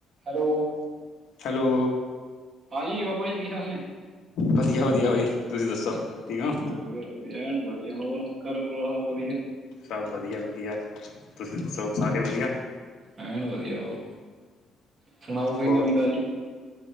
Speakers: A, on the right; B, on the left.
A: Hello.
B: Hello
A: ਹਾਂਜੀ ਬਾਬਾ ਜੀ, ਕੀ ਹਾਲ ਨੇ?
B: ਵਧੀਆ-ਵਧੀਆ ਬਾਈ, ਤੁਸੀਂ ਦੱਸੋ, ਠੀਕ ਓੰ?
A: ਵਧੀ, ਵਧੀਆ ਐਣ ਵਧੀਆ, ਹੋਰ? ਘਰ ਪਰਿਵਾਰ ਸਭ ਵਧੀਆ
B: ਸਭ ਵਧੀਆ-ਵਧੀਆ, ਤੁਸੀਂ ਦੱਸੋ, ਸਾਰੇ ਵਧੀਆ?
A: ਐਐਨ ਵਧੀਆ ਵਾ, ਸੁਣਾਓ ਕੋਈ
B: ਹੋਰ
A: ਨਵੀਂ-ਤਾਜ਼ੀ?